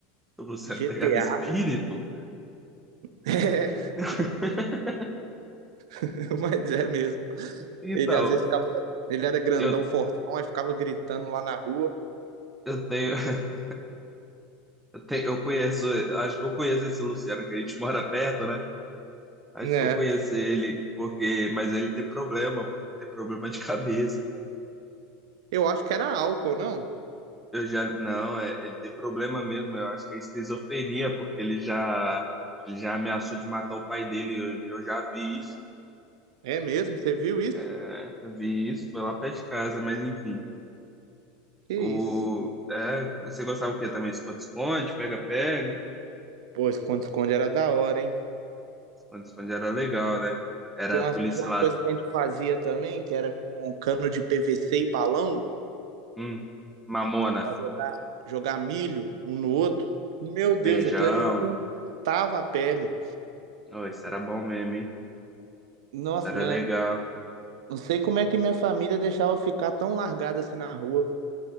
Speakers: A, in the centre; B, on the right.
A: O Luciano
B: GTA.
A: pegava espírito?
B: <laughs>
A: <laughs>
B: É, mas é mesmo.
A: Então,
B: Ele às vezes ficava. Ele era grandão,
A: eu,
B: fortão, aí ficava gritando lá na rua.
A: eu tenho. <laughs> Eu, te- eu conheço, acho que eu conheço esse Luciano, que a gente mora perto, né? Acho
B: É.
A: que eu conheço ele, porque, mas ele tem problema, pô, ele tem problema de cabeça.
B: Eu acho que era álcool, não?
A: Eu já, não, é, ele tem problema mesmo, eu acho que é esquizofrenia, porque ele já, ele já ameaçou de matar o pai dele, eu, eu já vi isso,
B: É mesmo? Você viu isso?
A: é, eu vi isso, foi lá perto de casa, mas enfim.
B: Que
A: O,
B: isso.
A: é, você gostava o quê também? Esconde-esconde, pega-pega?
B: Pô, esconde-esconde era da hora, hein?
A: Esconde-esconde era legal, né? Era
B: Tinha uma,
A: policial,
B: tinha uma coisa que a gente fazia também, que era com cano de PVC e balão,
A: hum, mamona.
B: pra jogar, jogar milho um no outro. Meu Deus,
A: Feijão.
B: aquilo ali arrebentava a pele.
A: Oh, isso era bom mesmo, hein?
B: Nossa,
A: Isso era
B: né?
A: legal.
B: Não sei como é que minha família deixava eu ficar tão largada assim na rua.